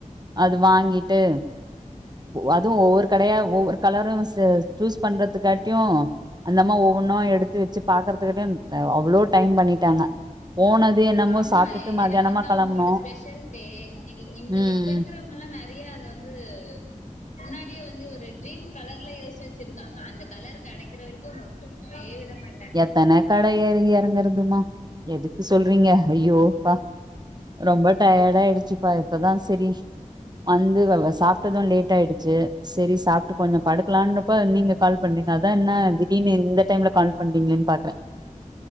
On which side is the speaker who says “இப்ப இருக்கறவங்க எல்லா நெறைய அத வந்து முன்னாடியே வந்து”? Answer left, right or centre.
Left